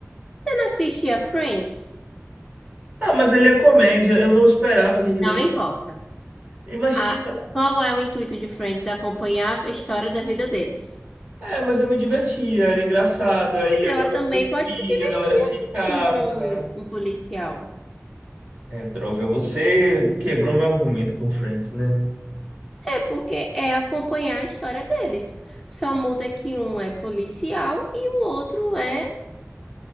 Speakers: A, in the centre; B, on the right (about 25°).
A: Você não assistia Friends?
B: Ah, mas ele é comédia, eu não esperava que aquilo
A: Não
B: ali.
A: importa.
B: Imagina,
A: A, qual é o intuito de Friends? Acompanhar a história da vida deles.
B: é, mas eu me divertia, era engraçado. Aí
A: Mas
B: a
A: ela
B: galera
A: também
B: tem
A: pode
B: filho,
A: se divertir
B: a galera se
A: assistindo
B: casa.
A: um, um policial.
B: É, droga, você quebrou meu argumento com Friends, né?
A: É, porque é acompanhar a história deles. Só muda que um é policial e o outro é